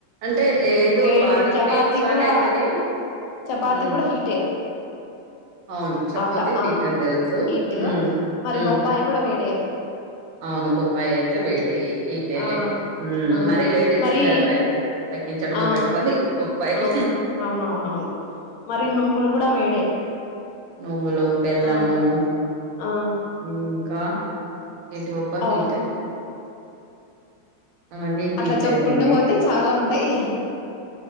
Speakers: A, on the right; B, on the left.
A: అంటే ఏదో
B: వేడి
A: బాడీ
B: చపాతి
A: పెయిన్స్ లాగా
B: కూడా
A: అయితది
B: చపాతి
A: హ్మ్
B: కూడా హీటే
A: అవును చపాతి
B: ఆటా
A: హీట్
B: ఆ
A: అని తెలుసు
B: హీటు
A: హ్మ్
B: మరి
A: హ్మ్
B: బొప్పాయి కూడా వేడే
A: అవును బొప్పాయి అయితే వేడి హిటేలే
B: ఆ ఆ
A: మరీ లేడీస్
B: మరి
A: ఇం త తగ్గించడమే
B: ఆ
A: బెటర్ అది బొప్పాయి
B: అవును అవునవునవును మరి నువ్వులు కూడా వేడే
A: నువ్వులు బెల్లము
B: ఆ ఆ
A: ఇంకా ఏంటివి అబ్బా
B: అవ
A: హీట్ అవన్నీ హీటే
B: అట్లా చెప్పుకుంటూ
A: లేండి
B: పోతే చాలా ఉంటాయి